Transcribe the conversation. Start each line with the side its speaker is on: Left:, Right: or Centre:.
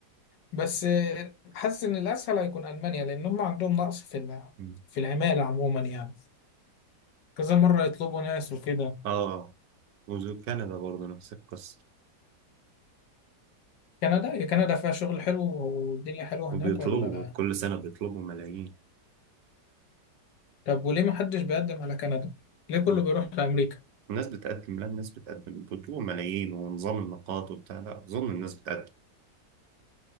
Left: بس آه، حاسس ان الاسهل هيكون المانيا لان هم عندهم نقص في ال-
Right: مم.
Left: في العماله عموما يعني كذا مره يطلبوا ناس وكده
Right: آه وكندا برضه نفس القصة
Left: كندا يا كندا فيها شغل حلو والدنيا حلوه
Right: وبيطلبوا
Left: هناك ولا
Right: كل سنة بيطلبوا ملايين
Left: طب وليه ما حدش بيقدم على كندا ليه كله
Right: مم.
Left: بيروح لامريكا
Right: الناس بتقدم لا الناس بتقدم بيطلبوا ملايين ونظام النقاط وبتاع لا أظن الناس بتقدم